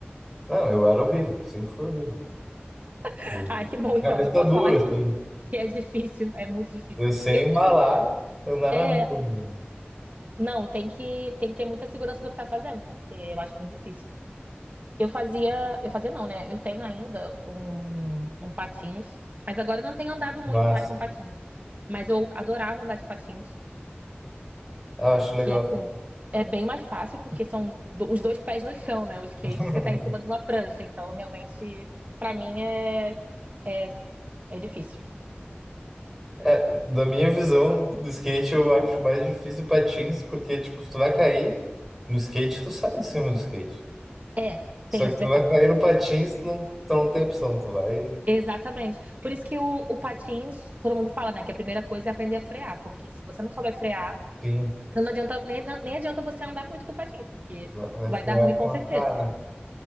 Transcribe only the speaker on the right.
<laughs>
Ai, que bom,
então, eu posso
falar que,
que é difícil, é muito difícil.
Eu,
eu sempre-
é,
não, tem que, tem que ter muita segurança do que tá fazendo, porque eu acho muito difícil. Eu fazia, eu fazia não, né? Eu tenho ainda um, um patins, mas agora eu não tenho andado
muito mais com patins. Mas eu adorava andar de patins.
Que assim, é bem mais fácil, porque são do- os dois pés no chão, né? O skate,
você tá em cima de uma prancha, então realmente, pra mim, é, é, é difícil.
É,
tem
esse
detalhe.
Exatamente. Por isso que o, o patins, todo mundo fala, né? Que a primeira coisa é aprender a frear, porque se você não souber frear,
então não adianta, nem, nem adianta você andar muito com patins, porque
vai
dar ruim com
certeza.